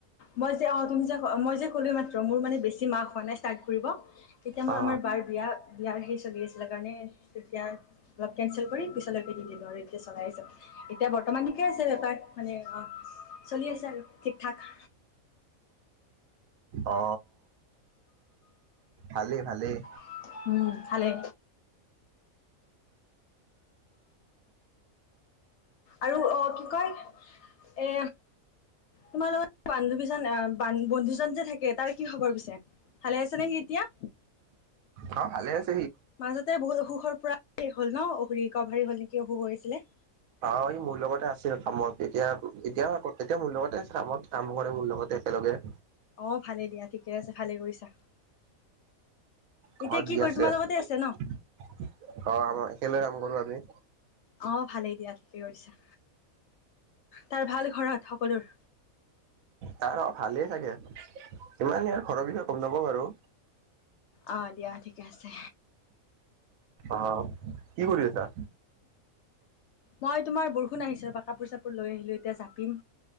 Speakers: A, on the left (about 65°); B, on the right (about 75°).
A: মই যে অ তুমি যে মই যে কলো মাত্ৰ মোৰ মানে বেছি মাক হোৱা নাই হ ইট্ৰাট কৰিব তেতিয়া মই
B: অ
A: আমাৰ বাৰ বিয়া বিয়াৰ সেই চলি আছিলে কাৰণে তেতিয়া অলপ কেনচেল কৰি পিছলৈকে দি দিলো আৰু এ চলাই আহিছে এতিয়া বৰ্তমান ঠিকে আছে বেপাৰ মানে অ চলি আছে আৰু ঠিক ঠাক
B: অ ভালেই ভালেই
A: <unintelligible> উম ভালে আৰু অ কি কয় এ তোমাৰ লগত বান্ধৱীজন আহ বন্ধুজন যে থাকে তাৰ কি খবৰ পিছে ভালে আছে নে সি এতিয়া
B: অ ভালে আ
A: মাজতে বহুত অসুখৰ পৰা হ'ল ন অহৰি গা ভাৰি হল নেকি অসুখ হৈ পেলে
B: অ ই মোৰ লগতে আছিল কামত এতিয়া এতিয়াও আ এতিয়া মোৰ লগতে কামত কাম কৰে মোৰ লগতে একেলগে
A: অ ভালে দিয়া ঠিকে আছে ভালে কৰিছা
B: ঘৰত
A: এতিয়া কি
B: বিয়া
A: কৰি
B: ছেছ
A: তোমাৰ লগতে আছে ন
B: অ আম একেলৈ কাম কৰো আমি
A: অ ভালেই দিয়া ঠিক কি কৰিছা তাৰ ভাল ঘৰত সকলোৰ
B: তাৰ অ ভালেই চাগে ইমান আওঁ ঘৰৰ বিষয়ে গম নাপওঁ বাৰু
A: অহ দিয়া। ঠিকে আছে।
B: অ' কি কৰি আছা?
A: মই তোমাৰ বৰষুণ আহিছে ৰবা, কাপোৰ-চাপোৰ লৈ আহিলো এতিয়া। জাপিম।